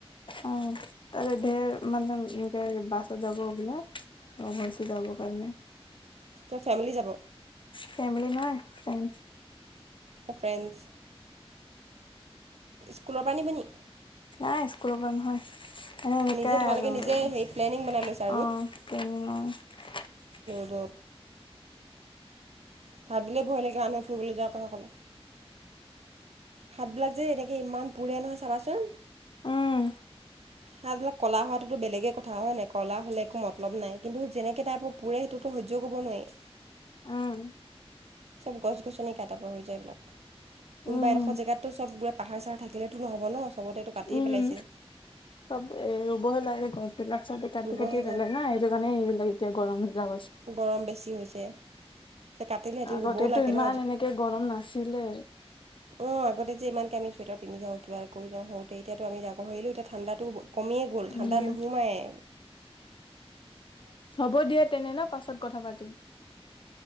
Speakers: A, on the left; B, on the right.
A: অ', তাৰে ধেৰ মানে একে বাছত যাব বোলে। লগ হৈছে যাব কাৰণে।
B: ত ফেমিলি যাব
A: ফেমিলি নহয়, ফ্ৰেণ্ড।
B: ফ্ৰেণ্ড, স্কুলৰ পৰা নিবনি?
A: নাই, স্কুলৰ পৰা
B: নিজে
A: নহয়।
B: তোমালোকে নিজে
A: এনেই
B: হেৰি প্লেনিং
A: <unintelligible>
B: বনাই লৈছা
A: আৰু। অ', ট্ৰেইনিঙৰ।
B: <unintelligible> ভাবিলে ভয় লাগে, আনে ফুৰিবলৈ যোৱাৰ কথা ক'লে। হাতবিলাক যে, এনেকে ইমান পোৰে নহয় চাবাচোন
A: উম,
B: হাতবিলাক কলা হোৱাটোতো বেলেগে কথা হয় নাই? কলা হলে একো মতলব নাই, কিন্তু যেনেকে টাইপৰ পুৰে সেইটোতো সহ্য কৰিব নোৱাৰি।
A: উম।
B: চব গছ-গছনি কাটাৰ পৰা হৈ যায় এইবিলাক। কোনবা
A: উম,
B: এডশৰ জেগাতো চব পোৰা পাহাৰ চাহাৰ থাকিলেতো নহ'ব নহ, চবতেটো কাটিয়ে
A: উম।
B: পেলাইছে।
A: চব, এ ৰুব হে লাগে গছ বিলাক। চবে কাটি
B: ৰুবহে
A: কাটি
B: লাগে
A: পেলেই নহ, সেইটো কাৰণে এইবিলাক এতিয়া গৰম হৈছে। বিলাক
B: গৰম বেছি হৈছে। কাটিলে সিহঁতি
A: আগতেটো,
B: ৰুবও লাগে
A: ইমান
B: ন
A: এনেকে গৰম নাছিলে
B: অ', আগতে যে ইমানকে আমি চুৱেটাৰ পিন্ধি থাকোঁ, কিবা এটা <unintelligible> এতিয়াটো আমি ডাঙৰ হৈ আহিলো, এতিয়া ঠাণ্ডাটো কমিয়ে গ'ল
A: উম
B: ঠাণ্ডা নোসোমাইয়ে <inaudible>
A: হ'ব দিয়া তেনেহলে, পাছত কথা পাতিম।